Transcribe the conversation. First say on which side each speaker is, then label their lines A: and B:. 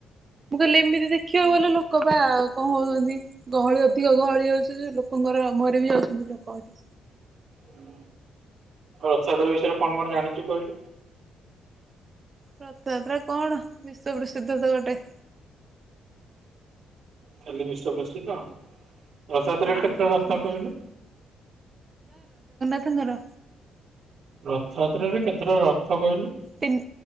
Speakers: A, on the right; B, on the right.
A: ମୁଁ କହିଲି ଏମିତି ଦେଖିବାକୁ ଗଲେ ଲୋକ ବା କଣ ହଉଛନ୍ତି ଗହଳି ଅଧିକ ଗହଳି ହଉଛି ଲୋକଙ୍କର ମରି ବି ଯାଉଛନ୍ତି। କହତୁ।
B: ହୁଁ ରଥଯାତ୍ରା ବିଷୟରେ କଣ କଣ ଜାଣିଛୁ କହିଲୁ?
A: ରଥଯାତ୍ରା କଣ ବିଶ୍ଵ ପ୍ରସିଦ୍ଧ ତ ଗୋଟେ।
B: ଖାଲି ବିଶ୍ୱପ୍ରସିଦ୍ଧ? ରଥଯାତ୍ରା
A: ହୁଁ
B: ରେ କେତେଟା ରଥ
A: ସମସ୍ତେ
B: କହିଲୁ?
A: ଙ୍କର।
B: ରଥଯାତ୍ରାରେ କେତେଟା ରଥ କହିଲୁ?
A: ତିନି